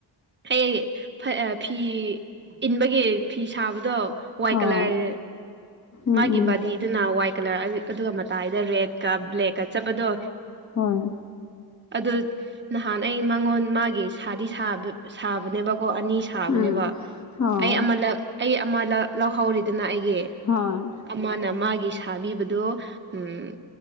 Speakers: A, on the right; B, on the left.
A: ꯑꯩ ꯐ ꯑ ꯐꯤ ꯏꯟꯕꯒꯤ ꯐꯤ ꯁꯥꯕꯗꯣ ꯋꯥꯏꯠ ꯀꯂꯔ
B: ꯑꯣ ꯎꯝ
A: ꯃꯥꯒꯤ
B: ꯎꯝ
A: ꯕꯥꯗꯤꯗꯨꯅ ꯋꯥꯏꯠ ꯀꯂꯔ ꯑꯗ ꯑꯗꯨꯒ ꯃꯇꯥꯏꯗ ꯔꯦꯠꯀ ꯕ꯭ꯂꯦꯛꯀ ꯆꯠꯄꯗꯣ
B: ꯍꯣꯏ
A: ꯑꯗꯨ ꯅꯍꯥꯟ ꯑꯩ ꯃꯉꯣꯟ ꯃꯥꯒꯤ ꯁꯥꯗꯤ ꯁꯕ ꯁꯥꯕꯅꯦꯕꯀꯣ ꯑꯅꯤ ꯁꯥꯕꯅꯦꯕ
B: ꯎꯝ ꯑꯣ
A: ꯑꯩ ꯑꯃ ꯂꯥꯛ ꯑꯩ ꯑꯃꯂ ꯂꯧꯍꯧꯔꯤꯗꯅ ꯑꯩꯒꯤ
B: ꯍꯣꯏ꯫
A: ꯑꯃꯅ ꯃꯥꯒꯤ ꯁꯥꯕꯤꯕꯗꯨ ꯎꯝ